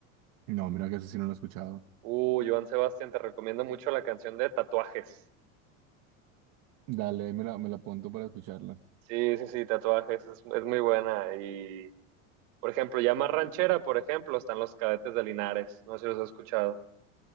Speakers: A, on the right (about 50°); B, on the right (about 70°).
A: No, mira que eso sí no lo he escuchado.
B: Uh, Joan Sebastián, te recomiendo mucho la canción de Tatuajes.
A: Dale, ahí me la, me la apunto para escucharla.
B: Sí, sí, sí, Tatuajes, es, es muy buena. Y, por ejemplo, ya más ranchera, por ejemplo, están Los Cadetes de Linares. No sé si los has escuchado.